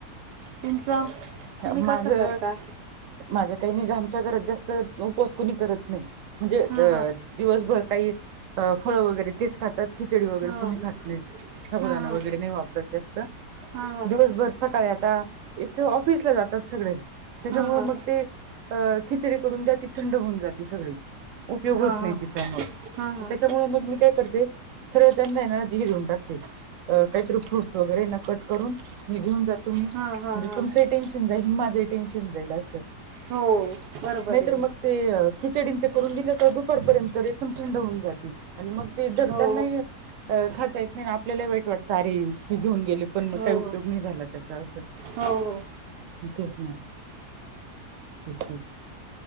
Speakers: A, on the right; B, on the right.
A: तुमचं,
B: आहे
A: तुम्ही
B: माझं
A: कसं करता?
B: माझं काही नाही आमच्या घरात जास्त उपवास कुणी करत नाही, म्हणजे अ
A: हां हां
B: दिवसभर काही, फळं वगैरे तेच खातात. खिचडी वगैरे
A: हां
B: कुणी खात नाहीत, साबुदाना
A: हां
B: वगैरे नाही वापरत जास्त.
A: हां
B: दिवसभर सकाळी आता, एकतर ऑफिसला जातात सगळे त्याच्यामुळे
A: हां हां
B: मग ते अ, खिचडी करून द्या, ती थंड होऊन जाते सगळी. उपयोग
A: हां हां हां
B: होत नाही तीचा मग,
A: हां
B: त्याच्यामुळं मग मी काय करते. श्रीखंड हाय ना दही देऊन टाकते, काहीतरी फ्रूटस वगैरेना कट करून, मी घेऊन जात तुम्ही, म्हणजे
A: हां हां हां
B: तुमचंही टेन्शन जाईल, माझं टेन्शन जाईल असं.
A: हो बरोबर.
B: नाहीतर
A: आहे ना
B: मग ते खिचडी ते करून दिले तर दुपारपर्यंत एकदम थंड होऊन जाते. आणि मग ते धड
A: हो
B: त्यांनाही खाता येत नाही, आपल्याला वाईट वाटतं अरे हे घेऊन गेले. पण मग
A: हो हो
B: काही उपयोग
A: हो
B: नाही झाला त्याचा असं.
A: हो हो
B: तेच ना, तेच तेच.